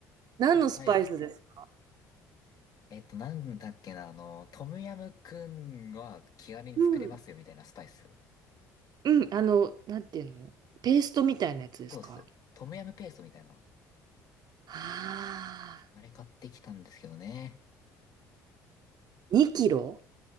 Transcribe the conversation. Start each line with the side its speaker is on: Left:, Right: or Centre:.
Right: 何のスパイスですか
Left: スパイス。えっと、なんだっけな、あの、トムヤムくんは気軽に作れますよ、
Right: うん。
Left: みたいなスパイス。
Right: うん、あの、なんていうのペーストみたいなやつですか
Left: そうです。トムヤムペーストみたいな。
Right: あ
Left: あれ買ってきたんですけどね。
Right: あー、2キロ